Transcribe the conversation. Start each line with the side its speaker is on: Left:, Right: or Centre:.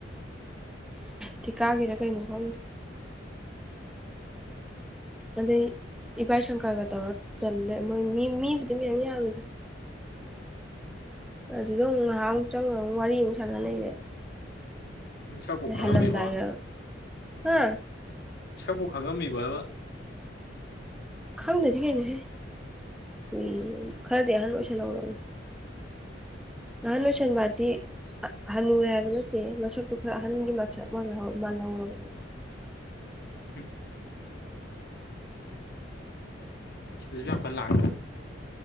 Centre: ꯊꯤ ꯀꯥꯒꯦꯔꯥ ꯀꯩꯅꯣ ꯈꯪꯗꯦ ꯑꯗ ꯏꯚꯥꯏ ꯁꯪꯀꯥꯒ ꯇ ꯆꯜꯂꯦꯣꯏ ꯃꯤ ꯃꯤꯗꯤꯕꯗ ꯑꯗꯨꯗ ꯑꯃꯨꯛ ꯉꯥꯏꯍꯥꯛꯃꯨꯛ ꯆꯪꯉꯒ ꯑꯃꯨꯛ ꯋꯥꯔꯤꯃꯨꯛ ꯁꯥꯟꯅ ꯂꯩꯔꯦ
Left: ꯏ ꯆꯥꯄꯣꯛ ꯈꯥꯃꯦꯕ
Centre: ꯍꯜꯂꯝꯗꯥꯏꯗ ꯍꯥ
Left: ꯁꯛꯄꯨ ꯈꯪꯉꯝꯃꯤꯕꯗ
Centre: ꯈꯪꯗꯁꯤ ꯀꯩꯅꯣꯍꯦ ꯀꯨꯏ ꯈꯔꯗꯤ ꯑꯍꯟ ꯑꯣꯏꯁꯜꯍꯧꯔꯎ ꯅꯅꯨ ꯆꯟ ꯄꯇ ꯍꯜꯂꯨꯔꯦ ꯍꯥꯏꯕ ꯅꯠꯇꯦ ꯃꯁꯛꯇꯨ ꯈꯔ ꯑꯍꯟꯒꯤ ꯃꯁꯛ ꯃꯥꯜꯍꯧꯔꯕꯅꯦ
Left: ꯎꯝ ꯎꯝ ꯁꯤꯗꯁꯨ ꯌꯥꯝꯈ ꯂꯥꯛ